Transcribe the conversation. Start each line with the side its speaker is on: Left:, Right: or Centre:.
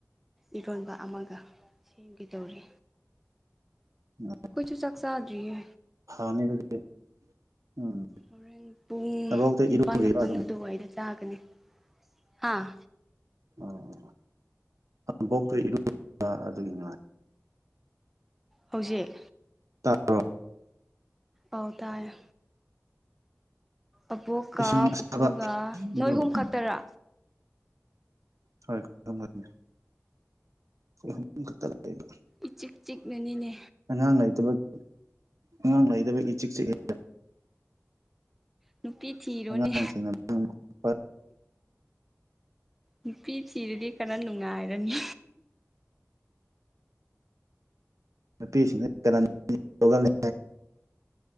Centre: ꯏꯔꯣꯟꯕ ꯑꯃꯒ ꯁꯦꯝꯒꯦ ꯇꯧꯔꯤ
Right: <unintelligible>
Centre: ꯈꯣꯏꯁꯨ ꯆꯥꯛ ꯆꯥꯗ꯭ꯔꯤꯌꯦ
Right: ꯍꯥꯅꯤ ꯑꯗꯨꯗꯤ ꯎꯝ
Centre: ꯍꯣꯔꯦꯟ ꯄꯨꯡ
Right: ꯑꯕꯣꯛꯇ
Centre: ꯅꯤꯄꯥꯜ
Right: ꯏꯔꯨꯔꯤꯕ
Centre: ꯃꯥꯄꯟ
Right: ꯑꯗꯨꯝ
Centre: ꯑꯗꯨꯋꯥꯏꯗ ꯆꯥꯒꯅꯤ ꯍꯥꯥ
Right: ꯑꯣ ꯑꯣ ꯑꯕꯣꯛꯇꯣ ꯏꯔꯨꯕ ꯑꯗꯨꯒꯤ ꯉꯥꯏ
Centre: ꯍꯧꯖꯤꯛ
Right: ꯇꯥꯕ꯭ꯔꯣ
Centre: ꯑꯧ ꯇꯥꯏꯌꯦ ꯑꯕꯣꯛꯀ
Right: ꯏꯁꯤꯡ ꯑꯁꯥꯕ
Centre: ꯄꯨꯄꯨꯒ ꯅꯣꯏꯑꯍꯨꯝ
Right: ꯏꯔꯨꯕ
Centre: ꯈꯛꯇꯔꯥ
Right: ꯍꯣꯏ ꯇꯨꯝꯃꯅꯤ ꯑꯈꯣꯏ ꯑꯍꯨꯝ ꯈꯛꯇ ꯂꯩꯕ
Centre: ꯏꯆꯤꯛ ꯆꯤꯛꯅꯅꯤꯅꯦ
Right: ꯑꯉꯥꯡ ꯂꯩꯇꯕꯒꯤ ꯑꯉꯥꯡ ꯂꯩꯇꯕꯩ ꯏꯆꯤꯛ ꯆꯤꯛꯏ
Centre: ꯅꯨꯄꯤ ꯊꯤꯔꯣꯅꯦ
Right: ꯑꯉꯥꯡꯁꯤꯡꯅ ꯂꯥꯡꯕ ꯈꯣꯠꯄ
Centre: ꯅꯨꯄꯤ ꯊꯤꯔꯗꯤ ꯈꯔ ꯅꯨꯡꯉꯥꯏꯔꯅꯤ
Right: ꯅꯨꯄꯤ ꯁꯤꯡꯁꯤ ꯀꯔꯟ ꯌꯥꯝ ꯇꯧꯒꯟꯂꯦ